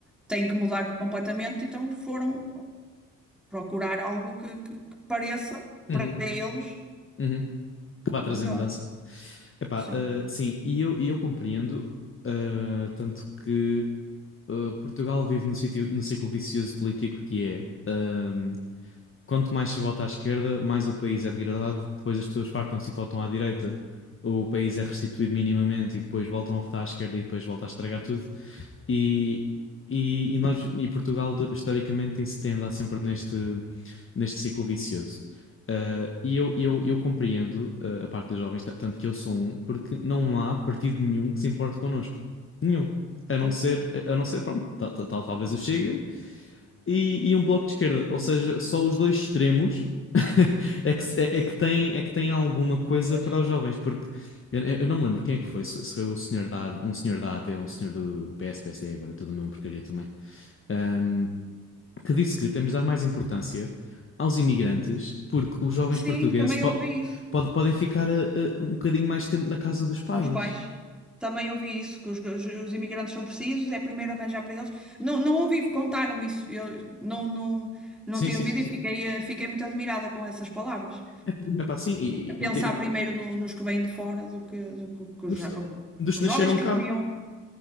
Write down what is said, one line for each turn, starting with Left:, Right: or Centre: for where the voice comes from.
Centre: têm que mudar completamente, então foram procurar algo que, que que pareça
Left: uhum,
Centre: para eles
Left: uhum, que vai trazer
Centre: o melhor.
Left: mudança. Epá,
Centre: Sim.
Left: eh, sim, e eu, e eu compreendo, eh, tanto que eh, Portugal vive no sítio, no ciclo vicioso político que é. ah, quanto mais se vota à esquerda, mais o país é degradado. Depois as pessoas fartam-se e votam à direita, o país é restituído minimamente e depois voltam a votar à esquerda e depois volta a estragar tudo. E, e, e nós e Portugal de- historicamente tem, tem andado sempre neste, neste ciclo vicioso. Ah, e eu, eu, eu compreendo ah, a parte dos jovens, ta- tanto que eu sou um, porque não há partido nenhum que se importe connosco. Nenhum. A não
Centre: Pois,
Left: ser, a a não ser, pronto, tal, tal- tal- talvez o Chega, e, e um bloco de esquerda, ou seja, só os dois extremos <laughs> é que, se- é,
Centre: sim.
Left: é que tem, é que tem alguma coisa
Centre: Pois.
Left: para os jovens, porque eu, eu não me lembro quem é que foi, se, se foi o senhor da, AD um senhor da AD, um senhor do, do PS, PSD, agora tudo a mesma porcaria também, ahm, que disse que temos de dar mais importância aos imigrantes, porque os jovens
Centre: Sim,
Left: portugueses
Centre: também
Left: po-
Centre: ouvi isso
Left: pode- podem ficar a- a- um bocadinho mais tempo na casa dos pais.
Centre: com os pais. Também ouvi isso, que os, os- os imigrantes são precisos, é primeiro arranjar para eles. Não, não ouvi, contaram-me isso. Eu não, não, não
Left: Sim,
Centre: tinha
Left: sim,
Centre: ouvido
Left: sim, sim.
Centre: e fiquei, eh, fiquei muito admirada com essas palavras.
Left: É é pá, sim, e,
Centre: A pensar
Left: e- e- e
Centre: primeiro no- nos que vêm de fora do que, do que, que os,
Left: dos,
Centre: jo-
Left: dos
Centre: os
Left: que nasceram
Centre: jovens que
Left: cá.
Centre: deviam